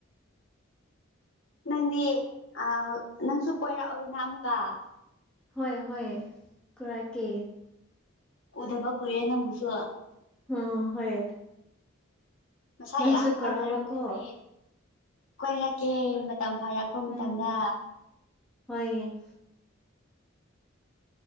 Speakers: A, on the left; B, in the centre.
A: ꯅꯪꯗꯤ ꯑ ꯅꯪꯁꯨ ꯀꯣꯏꯔꯛꯎꯗꯅ ꯑꯃꯨꯛꯀ
B: ꯍꯣꯏ ꯍꯣꯏ ꯀꯣꯏꯔꯛꯀꯦ
A: ꯎꯗꯕ ꯀꯨꯏꯔꯦ ꯅꯪꯕꯨꯁꯨ
B: ꯑ ꯍꯣꯏ
A: ꯃꯁꯥ
B: ꯅꯪꯁꯨ
A: ꯌꯥꯝ
B: ꯀꯧꯔꯛꯑꯒꯀꯣ
A: ꯐꯖꯔꯝꯂꯦ ꯃꯦ ꯀꯣꯏꯔꯛꯀꯦ ꯃꯇꯝ ꯐꯔꯛꯄ ꯃꯇꯝꯗ
B: ꯎꯝ ꯍꯣꯏ